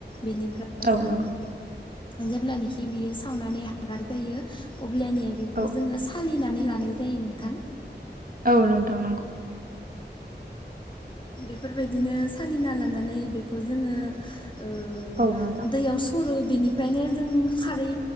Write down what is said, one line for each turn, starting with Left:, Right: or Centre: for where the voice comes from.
Left: बेनिफ्राय जों
Right: औ नंगौ
Left: जेब्लानाखि बियो सावनानै हांगार जायो अब्लानिया बे खौ
Right: औ
Left: जोङो सालिनानै लानाय जायो नोंथां।
Right: औ नोंथां नोंगौ।
Left: बेफोरबायदिनो सालिना लानानै बेखौ जोङो ओ
Right: औ नोंथां
Left: दैयाव स सरो बेनिफ्रायनो जों खारै